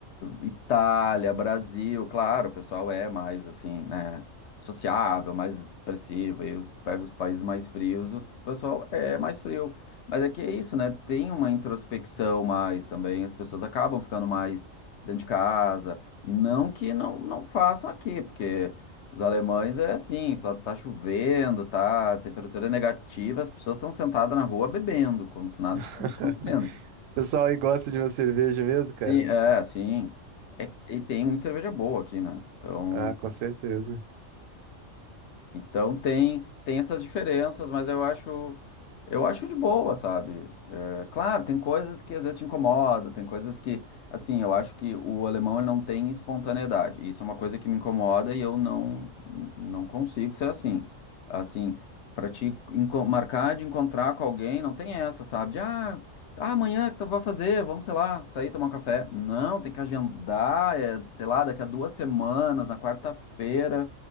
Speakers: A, on the left; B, on the right.
A: eh, Itália, Brasil, claro, o pessoal é mais assim, né, sociável, mais expressivo, aí eu pego os países mais frios, o pessoal é mais frio, mas é que é isso, né, tem uma introspecção mais também, as pessoas acabam ficando mais dentro de casa, não que não, não façam aqui, porque os alemães é assim, tá tá chovendo, tá, a temperatura é negativa, as pessoas estão sentadas na rua bebendo, como se nada
B: <laughs>
A: estivesse acontecendo.
B: O pessoal aí gosta de uma cerveja mesmo, cara?
A: Sim, é, sim. É, que- e tem muita cerveja boa aqui, né? Então,
B: Ah, com certeza.
A: Então tem, tem essas diferenças, mas eu acho eu acho de boa, sabe? É, claro, tem coisas que às vezes te incomodam, tem coisas que, assim, eu acho que o alemão ele não tem espontaneidade. Isso é uma coisa que me incomoda e eu não não consigo ser assim. Assim, para te enco- marcar de encontrar com alguém, não tem essa, sabe? De, ah, ah, amanhã que tu vai fazer? Vamos, sei lá, sair tomar um café. Não, tem que agendar, é, sei lá, daqui a duas semanas, na quarta-feira.